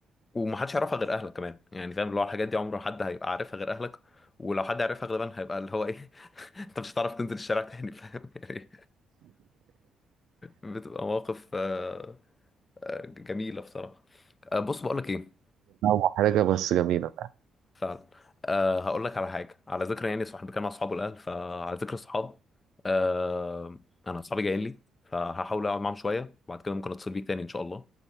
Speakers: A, on the left; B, on the right.
A: ومحدش يعرفها غير اهلك كمان يعني فاهم اللي هو الحاجات دي عمره حد هيبقى عارفها غير اهلك ولو حد عرفها غالبا هيبقى اللي هو ايه <laughs> انت مش هتعرف تنزل الشارع تاني فاهم يعني بتبقى مواقف آه، آه، جميلة بصراحة آه، بص بقول لك ايه
B: محرجه بس جميله
A: فعلا أه هقول لك على حاجة على ذكر يعني صاحب كان مع اصحابه الاهل فعلى ذكر الصحاب أه انا اصحابي جايين لي فهحاول اقعد معاهم شوية وبعد كده ممكن اتصل بيك تاني ان شاء الله